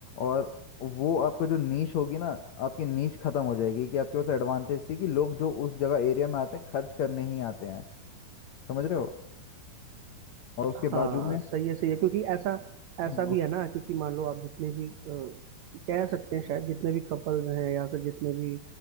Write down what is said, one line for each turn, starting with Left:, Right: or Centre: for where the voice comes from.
Left: और वो आपका जो नीश होगी ना आपकी नीश खत्म हो जाएगी कि आपके पास एडवांटेज थी कि लोग जो उस जगह एरिया में आते हैं खर्च करने ही आते हैं समझ रहे हो और उसके
Right: हाँ
Left: बाजू में
Right: सही है सही है क्योंकि ऐसा ऐसा
Left: हाँ
Right: भी
Left: उस-
Right: है ना क्योंकि मान लो आप जितने भी अ, कह सकते हैं शायद जितने भी कपल्स हैं या फिर जितने भी